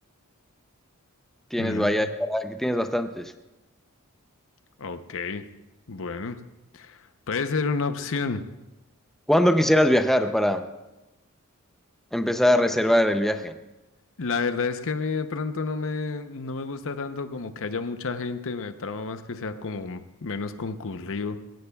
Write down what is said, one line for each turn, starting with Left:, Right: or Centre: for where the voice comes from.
Centre: tienes
Left: Mm,
Centre: Bahía de Caracas, tienes bastantes.
Left: ok, bueno, puede ser una opción.
Centre: ¿Cuándo quisieras viajar para empezar a reservar el viaje?
Left: La verdad es que a mí de pronto no me, no me gusta tanto como que haya mucha gente, me trama más que sea como menos concurrido.